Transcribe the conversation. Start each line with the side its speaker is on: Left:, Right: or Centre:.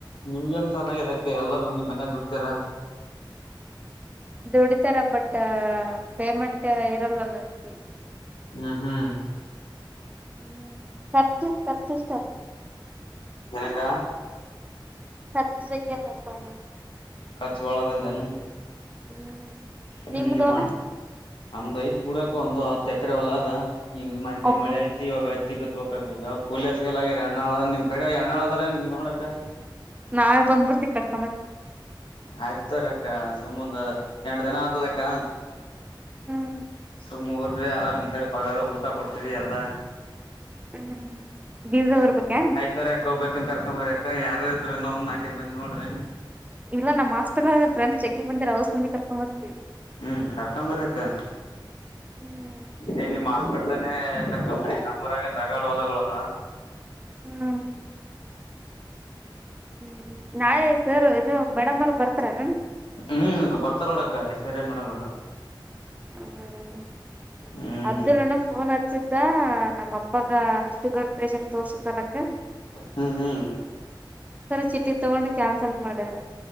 Left: ನಿಮ್ಗೆನ್ ಸಲ ಆಗಿದೆ ಅಕ ಎಲ್ಲದ ನಿಮ್ ಮನೆ ದುಡಿತರಾ
Right: ದುಡಿತಾರ ಬಟ್ ಪೇಮೆಂಟ್ ಇರಲ್ಲಲ್ಲ ಅಷ್ಟು
Left: ಹ್ಮ್ ಹ್ಮ್
Right: ಹ್ಮ ಪರ್ಚೆಸ್ ಪರ್ಚೆಷ್ಟ
Left: ಏನಕ್ಕ
Right: ರ್ಚು ಜಗ್ ನಪ್ಪಣ
Left: ಕರ್ಚುವಾಳ ತಂದಾನ
Right: ಹ್ಮ್
Left: ಹ್ಮ್
Right: ನಿಮ್ದು
Left: ನಿಮನ್
Right: ಹೊಲ
Left: ನಮಐತ್ ಬುಡೋ ಒಂದು ಹತ್ತು ಎಕರೆ ಒಲದ ಈಗ ಮನೆ
Right: ಅಬ್ಬಾ
Left: ಮಳೆ ಆಯ್ತು ಇವಾಗ ಹತ್ತಿ ಬಿತ್ ಹಕಕ್ ಈಗ ಕೂಲಿಯರ್ಸಿಲ್ಲ ಆಗ್ಯಾರ ಅಣ್ಣಾಳ ನಿಮ್ ಕಡೆ ಹಣ್ಣಳ ಅದಾರ ನೋಡಕ್
Right: ನಾಳ ಬಂದ್ಬಿಡ್ತ ಕಡೆ
Left: ಆಯ್ತಾರ ಅಕ್ಕ ಸುಮ್ಮಂದ ಎರಡು ದಿನ ಆತದ ಅಕ್ಕ
Right: ಹ್ಮ್
Left: ಸುಮ್ರ ಆರಾಮಡೆ ಪಗಾರ ಊಟ ಕೊಡ್ತೀವಿ ಎಲ್ಲಾ
Right: ಹ್ಮ್ ಬೀಜ
Left: ಹ್ಮ್
Right: ಊರ್ಬೇಕೇನ್
Left: ಐಶ್ವರ್ಯಾಕ ಹ್ಬೇಕನ್ ಕರ್ಕೊಂಬರಾಕ ಯಾರ ಇದ್ರು ಇನ್ನೊಂದ್ ನಾಲ್ಕೈದ್ ಮಂದಿ ನೋಡ್ರಿ
Right: ಇಲ್ಲ ನಮ್ಮ ಮಾಸ್ ಫ್ರೆಂಡ್ಸ್ ಚೆಂಗ ಬಂದರ ಹೌಸ್ ಮಂದಿ ಕರ್ಕೊ ಬ
Left: ಹ್ಮ್ ಕರ್ಕೊ ಬರಕ್ಕ
Right: ಹ್ಮ್
Left: ಇದ ನಿಮ್ಮ್ ಹಸ್ಪ ಎಲ್ಲ ಕರ್ಕ ಮಾಡಿಲ್ಲ ಮೂರಗ ರಗಡ್ ಹೊಲದು
Right: ಹ್ಮ್ ಹ್ಮ್ ನಾಯಿ ಸರ್ ಇದು ಮೇಡಮ್ ಅವರು ಬರ್ತಾರ ನಣ
Left: ಹ್ಮ್ ಬರ್ತಾರ ನೋಡಕ್ಕ ಐಶ್ವರ್ಯ ಮೇಡಮ್ ಅವ
Right: ಹ್ಮ
Left: ಹ್ಮ್
Right: ಅಬ್ದುಲ್ಲಣ ಫೋನ್ ಆ ಸಿದ್ದ ನಮ್ಮ ಅಪ್ಪಗ ಶುಗರ್ ಪೇಷೆಂಟ್ ತೋರ್ಷಲಕ್ಕ
Left: ಹ್ಮ್ ಹ್ಮ್
Right: ಚಿಟಿ ತೊಗೊಂಡು ಕ್ಯಾನ್ಸಲ್ ಮಾಡ್ಯವ್ರ